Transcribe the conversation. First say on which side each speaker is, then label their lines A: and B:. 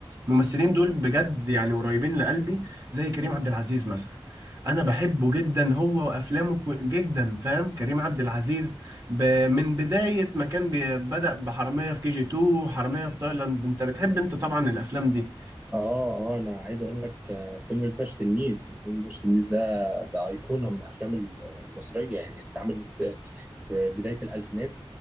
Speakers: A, on the right; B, on the right.
A: الممثلين دول بجد يعني قريبين لقلبي زي كريم عبد العزيز مثلا انا بحبه جدا هو وافلامه كو- جدا فاهم كريم عبد العزيز ب... من بداية ما كان بي... بدأ بحرامية في كي جي 2 وحرامية في تايلاند انت بتحب انت طبعا الافلام دي
B: اه اه انا عايز اقول لك آه، فيلم الباشا تلميذ فيلم الباشا تلميذ ده ده ايقونه من الافلام المصريه يعني اللي اتعملت في بدايه الالفينات